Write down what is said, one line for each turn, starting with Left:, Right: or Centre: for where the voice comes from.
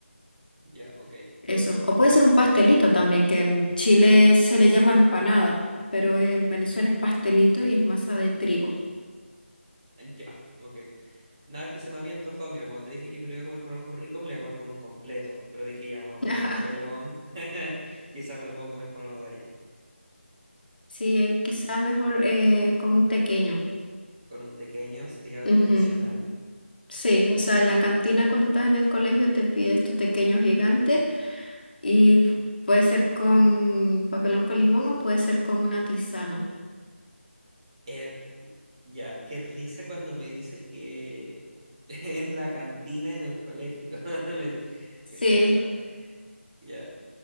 Right: Ya, ok.
Left: Eso. O puede ser un pastelito también, que en Chile se le llama empanada, pero en Venezuela es pastelito y es masa de trigo.
Right: Ya, ok. Nada que se me había antojado. Mira, cuando te dije que me lo iba a comer con algo rico, me lo iba a comer con un completo. Pero dije, ya, me voy a tomar
Left: <laughs>
Right: un papelón. <laughs> Quizá me lo puedo comer con algo de allá.
Left: Sí, es quizá mejor eh, con un tequeño.
Right: Con un pequeño sería
Left: Ujú.
Right: tradicional.
Left: Sí, o sea, en la cantina cuando estás en el colegio te pides tu tequeño gigante y p- puede ser con papelón con limón o puede ser con una tisana.
Right: Eh, ya, qué risa cuando me dices que <laughs> en la cantina en el colegio. <laughs> Me-
Left: Sí.
Right: Qué risa. Ya,